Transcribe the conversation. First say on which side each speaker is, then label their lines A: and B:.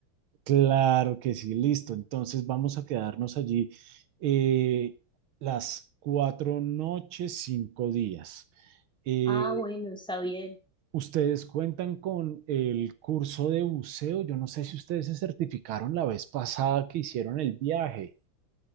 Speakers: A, on the right; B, in the centre.
A: Claro que sí, listo. Entonces vamos a quedarnos allí eh, las cuatro noches, cinco días. Eh,
B: Ah, bueno, está bien.
A: Ustedes cuentan con el curso de buceo. Yo no sé si ustedes se certificaron la vez pasada que hicieron el viaje.